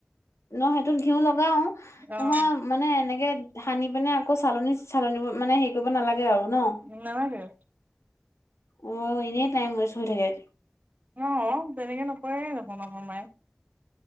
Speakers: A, on the left; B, on the right.
A: নহ সেইটোত ঘিউ লগাও নহয়
B: অ
A: মানে এনেকে সানি পিনে আকৌ চালনী, চালনী মানে হেৰি কৰিব নালাগে আৰু ন'।
B: উম, নালাগে।
A: অ' এনেই টাইম ৱেষ্ট হৈ থাকে।
B: অ' তেনেকে নকৰে দেখুন আমাৰ মাই।